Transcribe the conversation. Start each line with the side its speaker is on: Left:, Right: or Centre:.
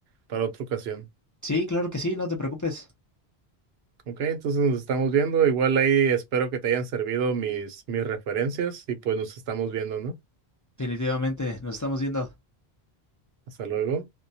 Right: para otra ocasión?
Left: Sí, claro que sí, no te preocupes.
Right: Ok, entonces nos estamos viendo. Igual ahí espero que te hayan servido mis, mis referencias y pues nos estamos viendo, ¿no?
Left: definitivamente, nos estamos viendo.
Right: Hasta luego.